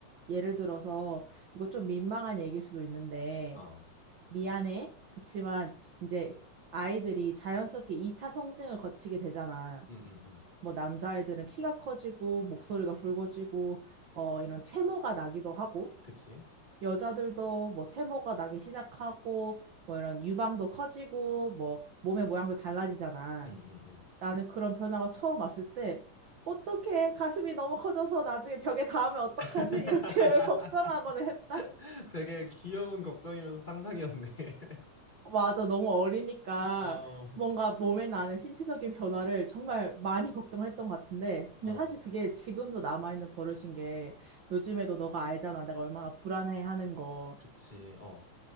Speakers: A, on the right (about 65°); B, on the left (about 15°).
A: 예를 들어서, 이거 좀 민망한 얘기일 수도 있는데,
B: 어
A: 미안해. 그치만, 이제 아이들이 자연스럽게 2차 성징을 거치게 되잖아.
B: 응응응
A: 뭐, 남자아이들은 키가 커지고, 목소리가 굵어지고, 어, 이런 체모가 나기도 하고,
B: 그치?
A: 여자들도 뭐 체모가 나기 시작하고, 뭐 이런 유방도 커지고, 뭐, 몸의 모양도 달라지잖아.
B: 응응응
A: 나는 그런 변화가 처음 왔을 때 어떡해 가슴이 너무 커져서 나중에 벽에 닿으면 어떡하지?
B: <laughs>
A: 이렇게 <laughs> 걱정하거나 했다.
B: 되게 귀여운 걱정이면서 상상이었네. <laughs>
A: 맞아 너무 어리니까
B: 어,
A: 뭔가 몸에 나는 신체적인 변화를 정말 많이 걱정했던 것 같은데 근데
B: 어,
A: 사실 그게 지금도 남아있는 버릇인 게 요즘에도 너가 알잖아 내가 얼마나 불안해하는 거.
B: 그치, 어.